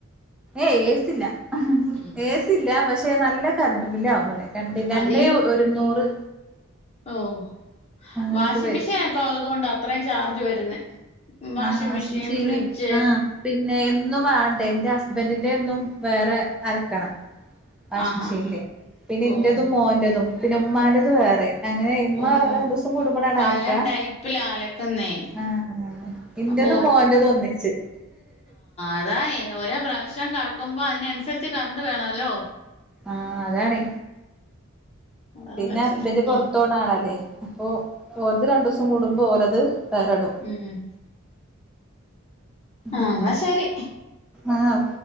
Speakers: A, in the centre; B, on the left (about 30°).
A: ഏയ് ഏസി ഇല്ല
B: ഉം
A: ഏസില്ല പക്ഷെ നല്ല കറണ്ട് ബില്ല് ആവും ഇവിടെ രണ്ട് രണ്ടേ
B: അതീ
A: ഒരുനൂറ്
B: ഓഹ്
A: അങ്ങനെയൊക്കെ
B: വാഷിംഗ്
A: വരും
B: മെഷീൻ ഒക്കെ ഒള്ളത് കൊണ്ടാ അത്രേയും ചാർജ് വരുന്നെ വാഷിംഗ്
A: ആഹ്
B: മിഷീൻ
A: മെഷീന്
B: ഫ്രിഡ്ജ്
A: ആഹ് പിന്നെ എന്നും വേണ്ടേ എന്റെ ഹസ്ബന്റി ന്റെന്നും വേറെ അലക്കണം വാഷിംഗ്
B: ആഹ്
A: മെഷീനില്
B: ആഹ് ആഹ്
A: പിന്നെ
B: ഓഹ്
A: ന്റെതും മോന്റെ തും പിന്നെ ഉമ്മാന്റെത് വേറെ അങ്ങനെ ഇമ്മ
B: ഓഹ് ഓഹ്
A: രണ്ടസം കൂടുമ്പോളാ
B: പല
A: അലക്ക
B: ടൈപ്പിലാ അലക്കുന്നേ
A: ആഹ്‌ ഇന്റെ
B: അപ്പൊ
A: തും മോന്റെ തും ഒന്നിച്ച്
B: അതായെ ഓരോ പ്രാവശ്യം കറക്കുമ്പോ അയിനനുസരിച്ച് കറണ്ട് വേണ ല്ലോ
A: ആഹ് അതാണെ
B: അതാണ്
A: പിന്നെ
B: പറ്റുന്നെ
A: ഹസ്ബൻഡ് പൊറത്തോണ
B: ഉം
A: ആളല്ലേ അപ്പൊ ഓരത് രണ്ടൂസം കൂടുമ്പോ ഓരെത് വേറെടും
B: മ്ം മ്ം ആഹ്
A: അങ്ങനെ
B: ന്നാ ശരി
A: ആഹ്